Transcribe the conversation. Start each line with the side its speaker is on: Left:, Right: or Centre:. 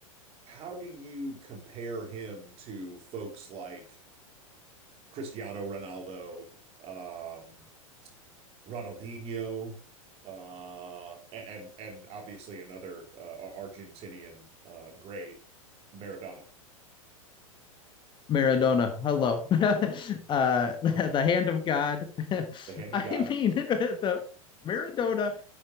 Right: how do you compare him to folks like Cristiano Ronaldo, um Ronaldinho, uh, and and obviously another uh, Argentinian uh, great, Maradona,
Left: Maradona, hello, <laughs> uh, the the hand of God. <laughs>
Right: the hand
Left: I
Right: of God.
Left: mean, <laughs> the Maradona